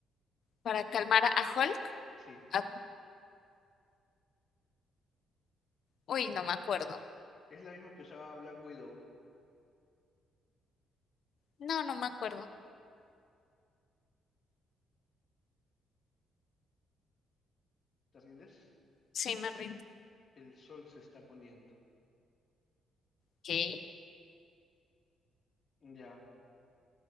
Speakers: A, on the left (about 60°); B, on the left (about 45°).
A: para calmar a Hulk.
B: Sí,
A: A- Uy, no me acuerdo.
B: es la misma que usaba Black Widow.
A: No, no me acuerdo.
B: ¿Te rindes?
A: Sí, me rindo.
B: El sol se está poniendo.
A: Ok,
B: Ya,